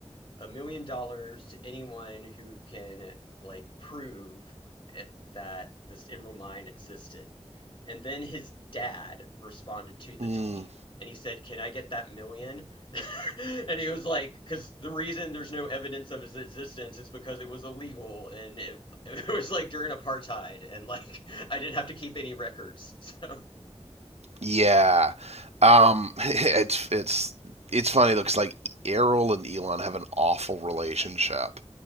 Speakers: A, on the left; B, on the right.
A: a million dollars to anyone who can like prove eh, that this emerald mine existed. And then his dad responded to the
B: Mm,
A: tweet and he said, "Can I get that million?" <laughs> And he was like, because the reason there's no evidence of his existence is because it was illegal and it, <laughs> it was like during apartheid and like <laughs> I didn't have to keep any records. <laughs> So
B: yeah. Um, <laughs> it's it's it's funny though, because like Errol and Elon have an awful relationship.